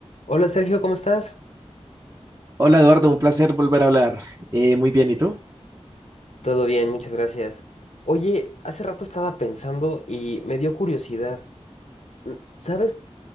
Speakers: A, on the left (about 70°); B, on the right (about 30°).
A: Hola Sergio, ¿cómo estás?
B: Hola Eduardo, un placer volver a hablar. Eh, muy bien, ¿y tú?
A: Todo bien, muchas gracias. Oye, hace rato estaba pensando y me dio curiosidad. Mm, ¿Sabes